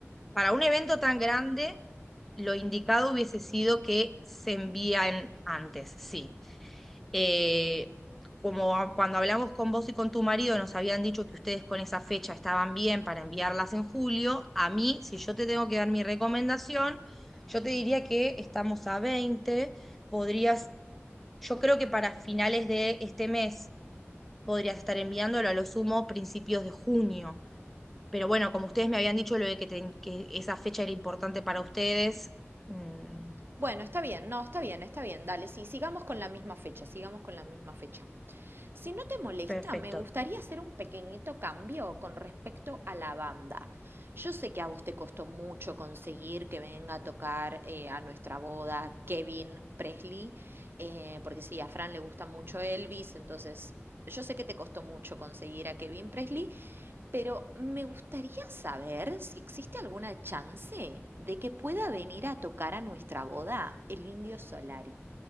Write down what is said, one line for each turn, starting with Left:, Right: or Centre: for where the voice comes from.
Centre: para un evento tan grande, lo indicado hubiese sido que se envían antes, sí. Eh, como a- cuando hablamos con vos y con tu marido, nos habían dicho que ustedes con esa fecha estaban bien para enviarlas en julio, a mí, si yo te tengo que dar mi recomendación, yo te diría que estamos a 20. podrías, yo creo que para finales de este mes podrías estar enviándolo a lo sumo principios de junio. Pero bueno, como ustedes me habían dicho lo de que, ten- que esa fecha era importante para ustedes, mm,
Right: Bueno, está bien, no, está bien, está bien, dale, sí, sigamos con la misma fecha, sigamos con la misma fecha. Si no te molesta,
Centre: perfecto.
Right: me gustaría hacer un pequeñito cambio con respecto a la banda. Yo sé que a vos te costó mucho conseguir que venga a tocar eh, a nuestra boda Kevin Presley, eh, porque sí, a Fran le gusta mucho Elvis, entonces yo sé que te costó mucho conseguir a Kevin Presley, pero me gustaría saber si existe alguna chance de que pueda venir a tocar a nuestra boda el Indio Solari.